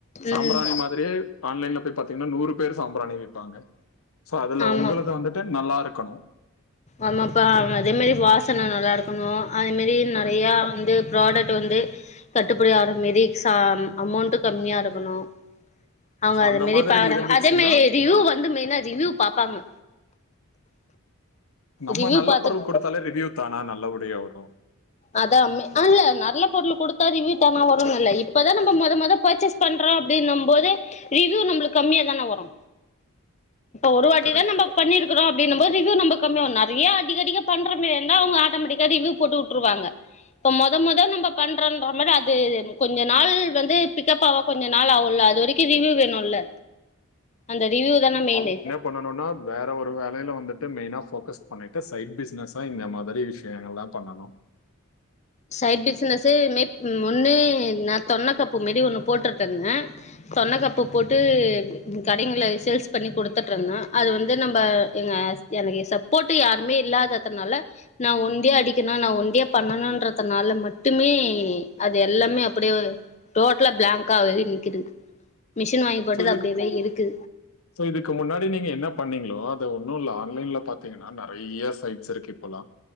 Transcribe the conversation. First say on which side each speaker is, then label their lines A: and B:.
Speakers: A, on the left (about 75°); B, on the left (about 30°).
A: சாம்பிராணி
B: ம்
A: மாரியே ஆன்லைன்ல போய் பாத்தீங்கன்னா நூறு பேர் சாம்பிராணி விப்பாங்க சோ அதுல
B: ஆமா
A: உங்களது வந்துட்டு நல்லா இருக்கணு
B: ஆமாப்பா அதே மாரி வாசனை நல்லா இருக்கணு அதே மாரி நெறைய
A: கரெக்ட்.
B: வந்து ப்ராடக்ட் வந்து கட்டுப்படிகிற மாரி அமௌண்டு கம்மியா இருக்கணு அவங்க
A: சோ
B: அத
A: அந்த
B: மாரி
A: மாதிரி
B: பாற
A: இருந்துச்சுன்னா,
B: அதே மாரி ரிவியூ வந்து மெயினா ரிவியூ பாப்பாங்க
A: நம்ம
B: ரிவ்யூ
A: நல்ல
B: பாத்துட்
A: பொருள் கொடுத்தாலே ரிவியூ் தானா நல்லபடிய வரு
B: அதா இல்ல நல்ல பொருள் கொடுத்தா ரிவ்யூ தானா வருனுல்ல இப்பதா நம்ம முத முத பர்ச்சேஸ் பண்றோ அப்டின்னு போது ரிவியூ நம்மளுக்கு கம்மியா தானே வரு ஒரு வாட்டி
A: கரெக்ட்.
B: தான நம்ம பண்ணிருக் அப்பரோ அப்டின்ற போது இதுக்கு நம்ம கம்மியா நெறைய அதிகடிக பண்ற மாரி இருந்தா அவங்க ஆட்டோமேட்டிக்கா ரிவ்யூ போட்டு விட்டுருவாங்க இப்ப மொத மொத நம்ம பண்றோன்ற மாரி அது கொஞ்ச நாள் வந்து பிக்கப் ஆவ கொஞ்ச நாள் ஆகுல அது வரைக்கு ரிவ்யூ வேணுல்ல அந்த ரிவ்யூ தான மெயின்னு
A: பண்ணணுனா வேற ஒரு வேலையில வந்துட்டு மெயினா போக்கஸ் பண்ணிட்டு சைட் பிசினஸ இந்த மாதிரி விஷயங்கள்லா பண்ணனு
B: சைட் பிஸ்னஸ் மேக் ஒன்னு நா தொன்ன கப்பு மெடில் ஒன்னு போட்ருப்பங்க தொன்ன கப்ப போட்டு கடைங்கள்ல சேல்ஸ் பண்ணி கொடுத்துட்டு இருந்த அது வந்து நம்ம எங்க ஹஸ் எனக்கு சப்போர்ட் யாருமே இல்லாததுனால நா ஒண்ட அடிக்கணு நா ஒண்ட பண்ணணுன்றது அதனால மட்டுமே அது எல்லாமே அப்டியே டோட்டலா பிளாங்க்காவே நிக்குது மிஷின் வாங்கி போட்டது
A: சோ இது
B: அப்டியவே இருக்கு
A: சோ இதுக்கு முன்னாடி நீங்க என்ன பண்ணீங்களோ அது ஒன்னு இல்லை ஆன்லைன்ல பாத்தீங்கன்னா நெறைய சைட்ஸ் இருக்கு போலா